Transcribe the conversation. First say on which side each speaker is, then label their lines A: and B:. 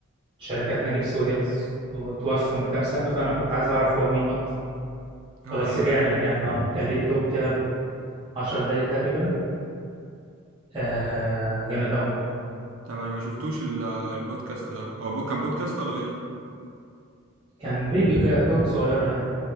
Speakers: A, on the right; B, on the right.
A: شركات نجيب ساويرس وتوفى من كام سنة فأنا كنت عايز أعرف هو مين أكتر
B: ايوه
A: آه، بس جامد يعني اه كان ليه توك كده عشر دقايق تقريبا آه جامد أوي
B: طب انا ما شفتوش ال- البودكاست ده هو بو- كان بودكاست ولا فيديو؟
A: كان فيديو كده توك صغيرة يعني